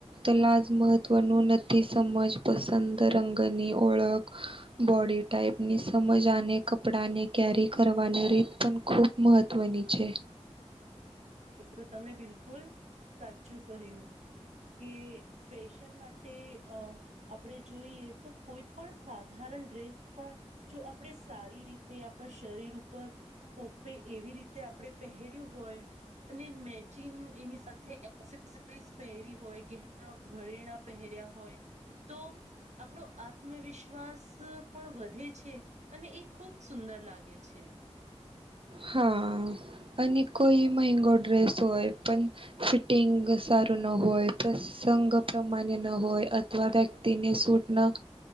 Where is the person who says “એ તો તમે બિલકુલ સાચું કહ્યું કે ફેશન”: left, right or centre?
Right